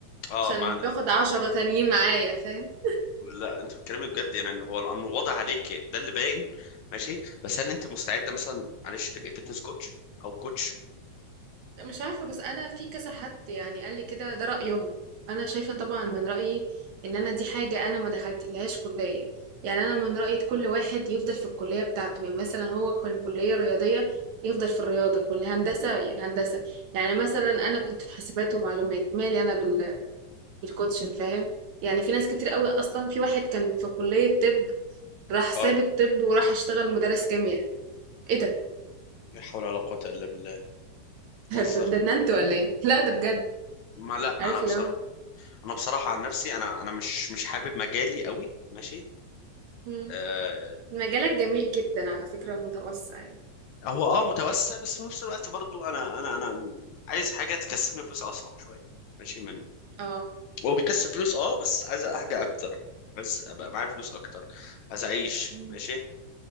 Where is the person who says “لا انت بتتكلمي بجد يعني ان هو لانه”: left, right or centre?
Left